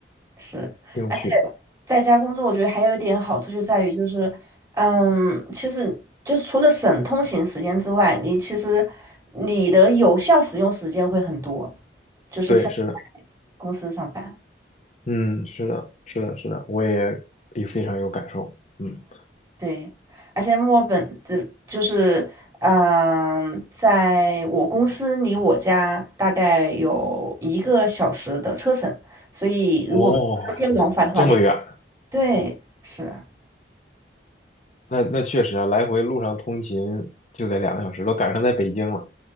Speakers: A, on the right; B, on the left.
A: 是。
B: 挺有趣。
A: 而且在家工作，我觉得还有一点好处就在于，就是，嗯，其实就是除了省通勤时间之外，你其实你的有效使用时间会很多，就是像
B: 对，是的。
A: 公司上班。
B: 嗯，是的，是的，是的，我也也非常有感受。嗯，
A: 对，而且墨尔本这就是，嗯、在我公司离我家大概有一个小时的车程，所以如果当天往返的话得，
B: 哦，这么远，
A: 对，是啊，
B: 那那确实啊，来回路上通勤就得两个小时，都赶上在北京了。